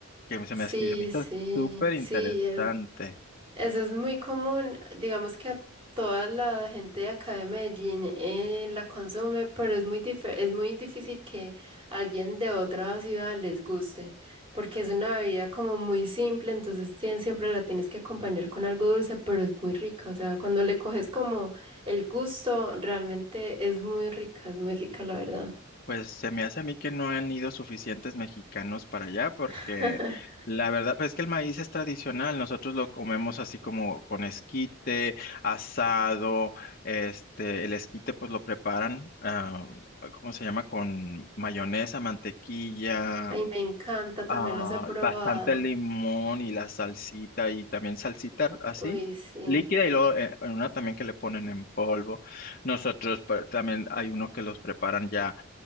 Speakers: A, on the left (about 40°); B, on the right (about 25°).
A: Que se
B: Sí,
A: me, hace- se me hizo
B: sí,
A: súper
B: sí.
A: interesante.
B: el- Eso es muy común, digamos que a toda la gente de acá de Medellín eh, la consume, pero es muy dif- es muy difícil que alguien de otra ciudad les guste, porque es una bebida como muy simple, entonces tien- siempre la tienes que acompañar con algo dulce, pero es muy rica, o sea, cuando le coges como el gusto, realmente es muy rica, es muy rica la verdad.
A: Pues se me hace a mí que no han ido suficientes mexicanos para allá porque
B: <laughs>
A: la verdad pues es que el maíz es tradicional, nosotros lo comemos así como con esquite, asado, este, el esquite pues lo preparan, ah, ¿cómo se llama? Con mayonesa, mantequilla,
B: Ay, me encanta, también
A: ah,
B: los he probado.
A: bastante limón y la salsita y también salsita así
B: Uy, sí.
A: líquida y luego eh, en una también que le ponen en polvo. Nosotros pa- también hay uno que los preparan ya.